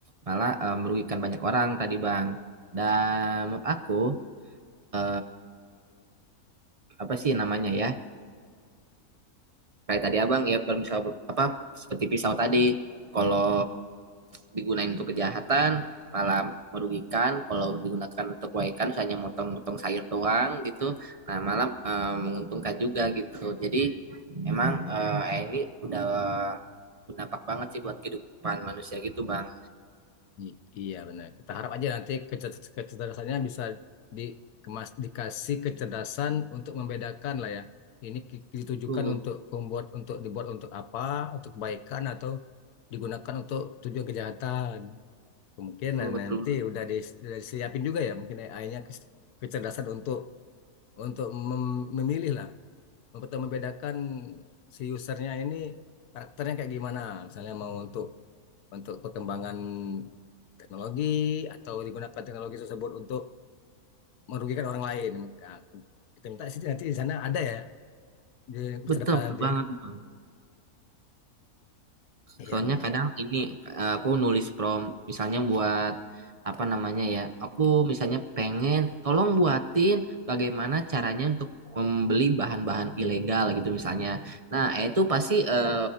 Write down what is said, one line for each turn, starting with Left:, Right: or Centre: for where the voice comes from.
Right: malah eh, merugikan banyak orang tadi, Bang. Dan menurut aku, eh, apa sih namanya ya? kayak tadi abang ya kalau misal apa seperti pisau tadi kalau digunain untuk kejahatan malah merugikan kalau digunakan untuk kebaikan misalnya motong-motong sayur doang gitu nah malah eh, menguntungkan juga gitu jadi emang eh, eh, ini udah berdampak banget sih buat kehidupan manusia gitu bang
Left: I- Iya benar. Kita harap aja nanti kecer- kecerdasannya bisa dikemas dikasih kecerdasan untuk membedakan lah ya. Ini ki- ditujukan
Right: tuh
Left: untuk pembuat untuk dibuat untuk apa, untuk kebaikan atau digunakan untuk tujuan kejahatan. Kemungkinan
Right: tuh betul
Left: nanti udah, di, udah disiapin juga ya mungkin AI-nya kecerdasan untuk untuk mem- memilih lah, untuk membedakan si usernya ini karakternya kayak gimana. Misalnya mau untuk untuk perkembangan teknologi atau digunakan teknologi tersebut untuk merugikan orang lain. Maka Kita minta sih nanti di sana ada ya di masa
Right: betul
Left: depan
Right: betul
Left: nanti.
Right: banget bang
Left: Iya
Right: Soalnya
Left: benar-benar.
Right: kadang ini eh, aku nulis prompt misalnya buat apa namanya ya. Aku misalnya pengen tolong buatin bagaimana caranya untuk membeli bahan-bahan ilegal gitu misalnya. Nah, eh, itu pasti eh,